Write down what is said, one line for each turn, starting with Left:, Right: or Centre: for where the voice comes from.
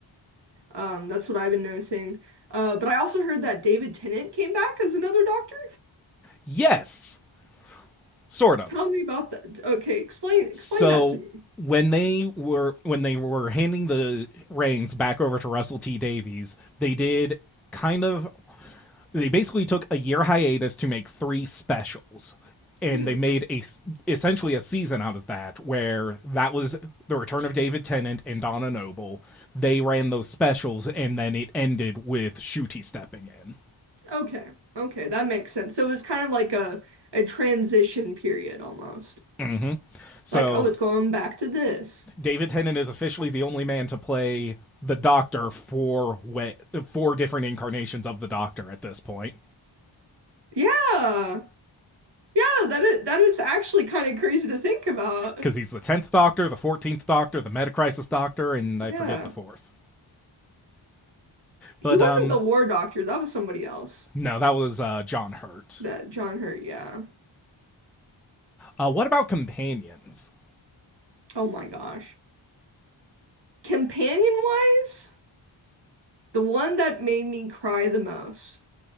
Right: Um, that's what I've been noticing. Uh, but I also heard that David Tennant came back as another doctor.
Centre: Yes, sort of.
Right: Tell me about that. Okay, explain explain
Centre: So
Right: that to me.
Centre: when they were when they were handing the reins back over to Russell T Davies, they did kind of they basically took a year hiatus to make three specials and
Right: hmm
Centre: they made a essentially a season out of that where that was the return of David Tennant and Donna Noble. They ran those specials and then it ended with Shooty stepping in.
Right: Okay, okay, that makes sense. So it was kind of like a a transition period almost.
Centre: Mm-hmm. So
Right: Like, oh, it's going back to this.
Centre: David Tennant is officially the only man to play the Doctor four way, four different incarnations of the Doctor at this point,
Right: Yeah, yeah, that is that is actually kind of crazy to think about.
Centre: because he's the tenth Doctor, the fourteenth Doctor, the Metacrisis Doctor, and I
Right: Yeah,
Centre: forget the fourth.
Right: he
Centre: But
Right: wasn't
Centre: um,
Right: the war doctor. That was somebody else.
Centre: no, that was uh, John Hurt.
Right: That John Hurt. Yeah.
Centre: Uh, what about companions?
Right: Oh my gosh. Companion wise, the one that made me cry the most.